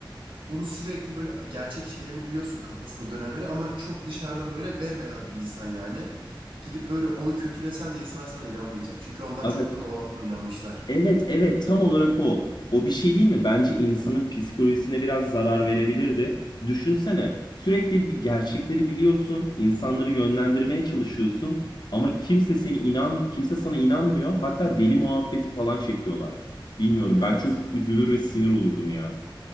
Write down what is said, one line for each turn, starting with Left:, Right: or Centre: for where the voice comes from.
Right: onu sürekli böyle gerçek şeylerini biliyorsun kafasında dönenleri ama çok dışarıdan böyle bembeyaz bir insan yani. Gidip böyle onu kötülesen de insanlar sana inanmayacak. Çünkü onlar
Left: Aga
Right: çoktan o adama inanmışlar.
Left: Evet evet tam olarak o. O bir şey değil mi? Bence insanın psikolojisine biraz zarar verebilirdi. Düşünsene sürekli bir gerçekleri biliyorsun, insanları yönlendirmeye çalışıyorsun ama kimse seni inan, kimse sana inanmıyor. Hatta deli muhabbeti falan çekiyorlar. Bilmiyorum
Right: Evet.
Left: ben çok üzülür ve sinir olurdum ya.